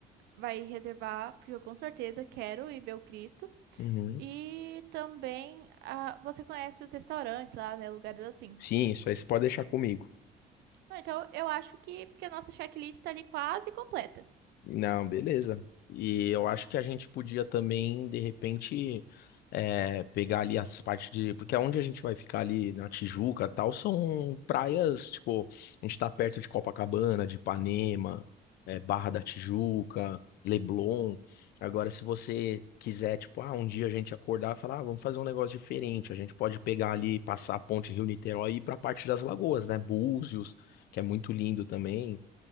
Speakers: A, on the right; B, on the left.
A: vai reservar, porque eu com certeza quero ir ver o Cristo.
B: uhum.
A: E também, ah, você conhece os restaurantes lá, né? Lugares assim.
B: Sim, isso aí você pode deixar comigo.
A: Não, Então, eu acho que, que a nossa checklist tá ali quase completa.
B: Não, beleza. E eu acho que a gente podia também, de repente, é, pegar ali as partes de. Porque onde a gente vai ficar ali na Tijuca e tal, são praias, tipo, a gente tá perto de Copacabana, de Ipanema, é, Barra da Tijuca, Leblon. Agora, se você quiser, tipo, ah, um dia a gente acordar e falar, ah, vamos fazer um negócio diferente, a gente pode pegar ali, passar a ponte Rio-Niterói e ir pra parte das lagoas, né? Búzios, que é muito lindo também.